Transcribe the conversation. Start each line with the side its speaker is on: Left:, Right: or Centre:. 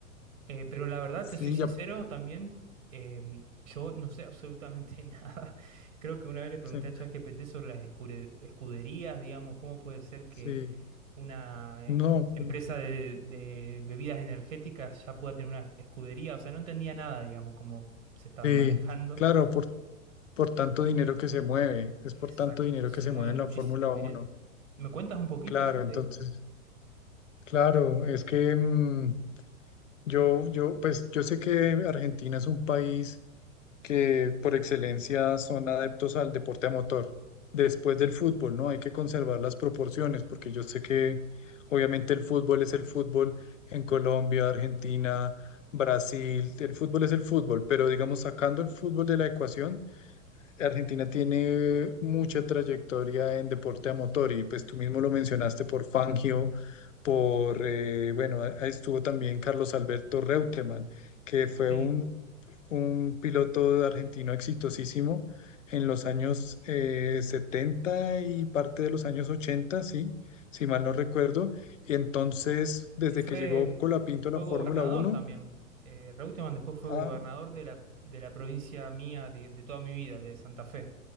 Right: Eh, pero la verdad,
Left: sí,
Right: te soy sincero,
Left: ya,
Right: también em, yo no sé absolutamente <laughs> nada. Creo que una vez le pregunté
Left: sí,
Right: a ChatGPT sobre las escure- escuderías, digamos, cómo puede ser que
Left: sí,
Right: una
Left: no,
Right: eh, em, empresa
Left: pero,
Right: de, de bebidas energéticas ya pueda tener una escudería. O sea, no entendía nada, digamos, cómo se está
Left: eh,
Right: manejando.
Left: sí, claro, por, por tanto dinero que se mueve, es
Right: Exacto,
Left: por tanto dinero
Right: se
Left: que se
Right: mueve
Left: mueve en
Right: muchísimo
Left: la Fórmula Uno,
Right: dinero. ¿Me cuentas un poquito?
Left: claro,
Right: Sí, te
Left: entonces,
Right: dejo.
Left: claro, es que mm, yo, yo, pues yo sé que Argentina es un país que por excelencia son adeptos al deporte a motor. Después del fútbol, ¿no? Hay que conservar las proporciones, porque yo sé que obviamente el fútbol es el fútbol en Colombia, Argentina, Brasil, el fútbol es el fútbol, pero digamos, sacando el fútbol de la ecuación, Argentina tiene mucha trayectoria en deporte a motor y pues tú mismo lo mencionaste por Fangio, por, eh, bueno, estuvo también Carlos Alberto Reutemann que fue
Right: Sí.
Left: un un piloto argentino exitosísimo en los años eh, 70 y parte de los años ochenta sí, si mal no recuerdo. Y entonces, desde
Right: Fue,
Left: que llegó Colapinto a
Right: fue
Left: la Fórmula
Right: gobernador
Left: Uno
Right: también. Eh, Reutemann después fue
Left: ah,
Right: gobernador de la, de la provincia mía de, de toda mi vida, de Santa Fe.